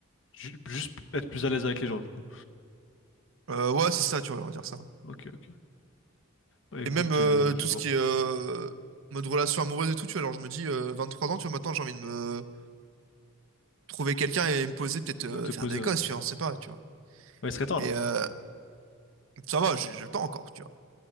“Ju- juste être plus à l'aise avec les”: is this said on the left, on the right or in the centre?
Left